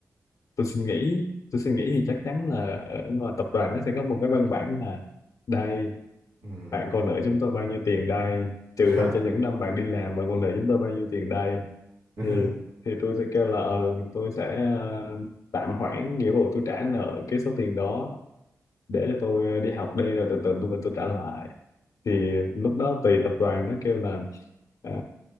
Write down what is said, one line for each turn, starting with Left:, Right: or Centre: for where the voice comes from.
Left: tôi suy nghĩ tôi suy nghĩ thì chắc chắn là ở ngoài tập đoàn nó sẽ có một cái văn bản là đây
Right: Ừ.
Left: bạn còn nợ chúng tôi bao nhiêu tiền đây trừ
Right: <laughs>
Left: ra cho những năm bạn đi làm bạn còn nợ chúng tôi bao nhiêu tiền đây
Right: <laughs>
Left: thì thì tôi sẽ kêu là ờ, tôi sẽ ờ, tạm hoãn nghĩa vụ tôi trả nợ cái số tiền đó để cho tôi ờ, đi học đi rồi từ từ tôi mình tôi trả lại thì lúc đó tùy tập đoàn nó kêu là à,